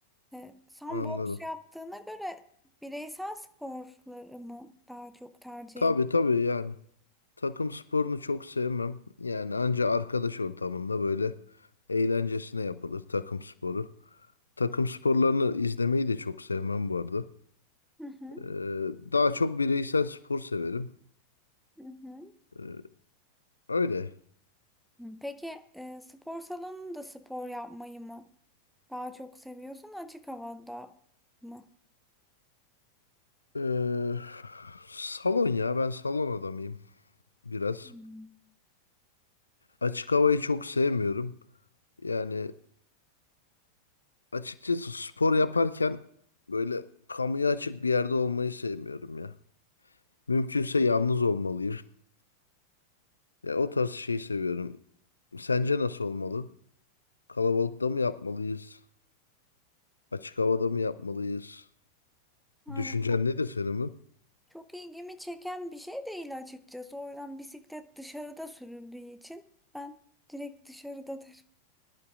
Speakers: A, in the centre; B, on the left.
A: E, sen
B: Anladım.
A: boks yaptığına göre bireysel sporları mı daha çok tercih
B: Tabii
A: ediyorsun?
B: tabii yani. Takım sporunu çok sevmem. Yani anca arkadaş ortamında böyle eğlencesine yapılır takım sporu. Takım sporlarını izlemeyi de çok sevmem bu arada.
A: Hı hı,
B: Ee, daha çok bireysel spor severim.
A: hı
B: Ee, öyle.
A: hı. Peki e, spor salonunda spor yapmayı mı daha çok seviyorsun açık havada mı?
B: Ee, salon ya ben salon adamıyım biraz.
A: Hmm.
B: Açık havayı çok sevmiyorum. Yani açıkçası spor yaparken böyle kamuya açık bir yerde olmayı sevmiyorum ya. Mümkünse yalnız olmalıyım. Ya o tarz şeyi seviyorum. Sence nasıl olmalı? Kalabalıkta mı yapmalıyız? Açık havada mı yapmalıyız?
A: Yani
B: Düşüncen
A: çok,
B: nedir senin mi?
A: çok ilgimi çeken bir şey değil açıkçası. O yüzden bisiklet dışarıda sürüldüğü için ben direkt dışarıdadır.